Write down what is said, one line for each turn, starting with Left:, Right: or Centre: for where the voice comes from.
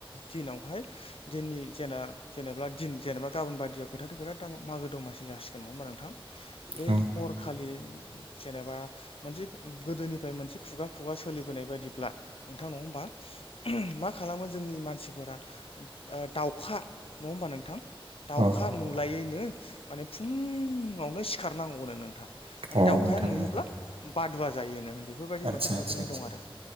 Left: दिनावहाय दिननि जेनना जेनेबा दिन जेनेबा गाबोन बायदियाव खोथाथ' खोथा दाथ' मागो दमासि जासिगोन नङा होनोमा नोंथां बे
Right: औ
Left: हरखालि जेनेबा मोनसे गोदोनिफ्राय मोनसे खुगा खुगा सोलिबोनाय बायदिब्ला नोंथां नङा होमबा मा खालामो जोंनि मानसिफोरा दाउखा नङा होमबा नोंथां दाउखा
Right: औ
Left: नुलायैनो माने फुङावनो सिखारनांगौनो नोंथां माने
Right: अ
Left: दाउखाया
Right: नोंथां
Left: नुयोब्ला
Right: औ
Left: बादुवा जायोनो बेफोरबायदि
Right: आदसा
Left: मोनसे फोथारनाय
Right: आदसा आदसा
Left: दं आरो